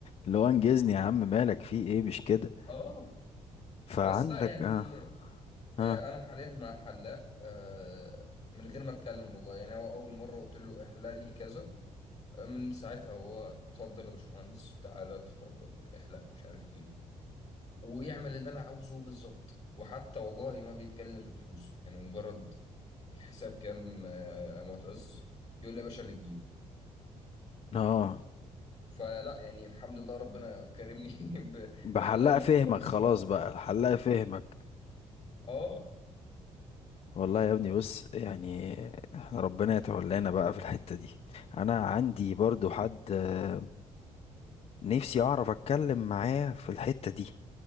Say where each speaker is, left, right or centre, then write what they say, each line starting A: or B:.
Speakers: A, on the left; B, on the left.
A: اللي هو انجزني يا عم مالك في ايه مش كده
B: <laughs> اه
A: فعندك
B: بس لا يعني
A: اه اه
B: آه، انا حاليا مع حلاق آه، من غير ما اتكلم والله يعني هو اول مره قلت له احلق لي كذا آه، من ساعتها هو اتفضل يا باشمهندس تعالى اتفضل احلق ومش عارف ايه ويعمل اللي انا عاوزه بالظبط وحتى والله ما بيتكلم في فلوس يعني مجرد الحساب كام آه، يا معتز يقول لي يا باشا اللي تجيبه
A: اه
B: فلا يعني الحمد لله ربنا كرمني <laughs> ب-
A: بحلقة
B: بحلاق محترم
A: فهمك خلاص
B: بصراحه
A: بقى الحلقة فهمك
B: اه
A: والله يا ابني بص يعني احنا ربنا يتولانا بقى في الحتة دي انا عندي برضو حد آه، نفسي اعرف اتكلم معاه في الحتة دي